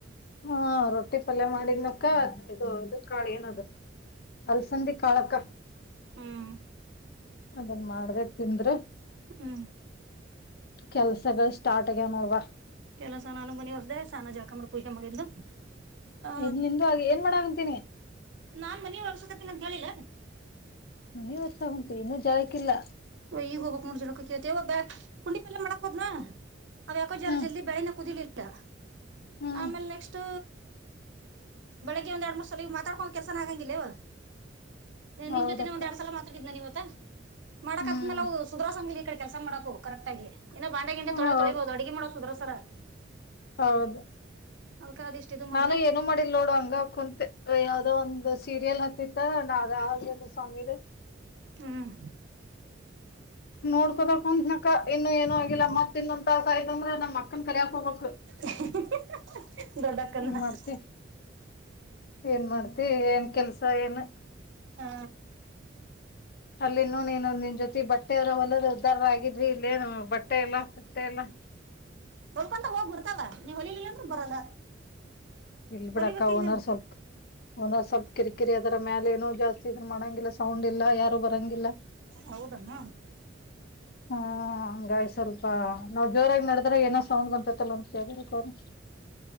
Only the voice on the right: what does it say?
ಹ್ಮ್
ಹ್ಮ್
ಕೆಲಸ ನಾನು ಮನಿ ಹೊರ್್ದ ಸಾನ ಜಳಕ ಮಾಡಿ ಪೂಜೆ ಮಾಡಿದ್ಲು ಆ
ನಾನ್ ಮನ ಒರ್ಸಕತ್ತನಂತ ಕೇಳಿಲ್ಲ
ಈಗ ಹೋಗಬೇಕ್ ನೋಡ್ ಜೋಳಕಕ <unintelligible> ಒಬ್ಬ ಕುಂಡಿಪಲ್ಯ ಮಾಡಕ್ೋದ್ನಾ ಅವ ಯಾಕೋ ಜರ
ಜಲ್ದಿ ಬಳಿನ ಕುದಿಲಿಲ್ಲ
ಆಮೇಲೆ ನೆಕ್ಸ್ಟ್ ಬೆಳಿಗ್ಗೆ ಒಂದ್ ಎರಡ್ ಮೂರ್ ಸಲ ಮಾತಾಡ್ಕೊ ಕೆಲ್ಸನ ಆಗಂಗಿಲ್ಲೇವ ನಿನ್
ಜೊತೆನೆ ಒಂದ ಎರಡ್ ಸಲ ಮಾತಾಡಿದ್ನ ನೀವತ್ತ ಮಾಡಕ್ತ್್ಮೇಾವು
ಸುರಸಂಗಲಿ ಈ ಕಡೆ ಕೆಲಸ ಮಾಡಕು ಕರೆಕ್ಟ್ ಆಗ ಇನ್ನು ಬಂಡೆ ಗಂಡ ತೊಳಿಬಹುದು
ಅಡುಗೆ ಮಾಡೋುದ್ರ <unintelligible>
ಅದಕ್ಕ ಅದಿಷ್ಟು ಇದು ಮಾಡಿದೆ
ಹ್ಮ್
<unintelligible> <unintelligible>
ಹಾ
ಹೊಳ್ಕೊಂತ ಹೋಗ್ಬರ್ತಾವ ನೀವ್ ಹೊಳಿಲಿಲ್ಲ ಅಂದ್ರ ಬರಲ್ಲ
ಹೊಲಿಬೇಕಿಲ್ಲ
ಹೌದನ